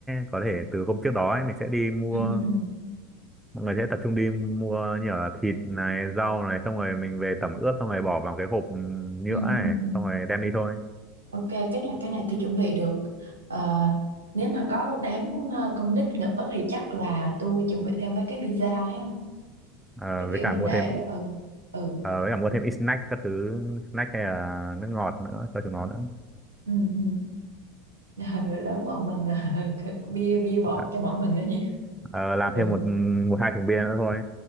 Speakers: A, in the centre; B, on the right (about 70°).
A: có thể từ hôm trước đó ấy, mình sẽ đi mua
B: ừ ừ
A: mọi người sẽ tập trung đi mua như là thịt này rau này xong rồi mình về tẩm ướp xong rồi bỏ vào cái hộp nhựa
B: ừ
A: này
B: ừ ừ.
A: xong rồi đem đi thôi
B: Ok, cái này cái này tôi chuẩn bị được. Ờ, nếu mà có đám ờ, con nít nữa thì chắc là tôi chuẩn bị thêm mấy cái pizza ha.
A: Ờ,
B: Cái kiểu
A: với cả
B: mình
A: mua
B: để
A: thêm ít-
B: ừ ừ
A: ờ, với cả mua thêm ít snack các thứ snack hay là nước ngọt nữa cho chúng nó nữa
B: ừ, ừ. <laughs> người lớn bọn mình <laughs> bia bia bọt
A: Ờ,
B: cho bọn mình đó nhỉ.
A: ờ, làm
B: Ừ.
A: thêm một một hai thùng bia nữa thôi